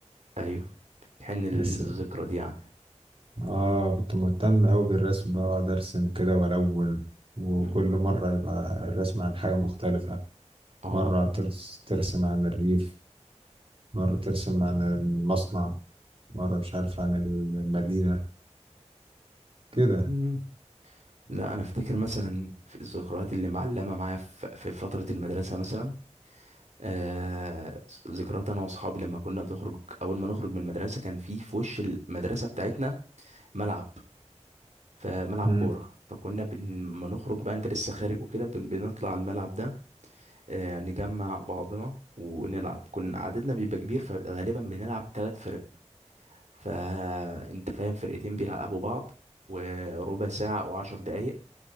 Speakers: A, on the right; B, on the right.
A: ايوه بتحن للذكرى
B: ارسم
A: دي يعني
B: اه كنت مهتم اوي بالرسم بقى واقعد ارسم كده والون وكل
A: مم.
B: مرة يبقى الرسم عن حاجة مختلفة
A: اه
B: مرة ترس ترسم عن الريف مرة ترسم عن المصنع مرة مش عارف عن المدينة كده
A: امم لا انا افتكر مثلا في الذكريات اللي معلمه معايا في في فتره المدرسه مثلا آه ذكريات انا واصحابي لما كنا بنخرج اول ما نخرج من المدرسه كان في في وش المدرسه بتاعتنا ملعب فملعب
B: مم.
A: كوره فكنا بن- لما نخرج بقى انت لسه خارج وكده بن- بنطلع على الملعب ده آه نجمع بعضنا ونلعب كنا عددنا بيبقى كبير فغالبا بنلعب ثلاث فرق فانت فاهم فرقتين بيلعبوا بعض وربع ساعة أو عشر دقايق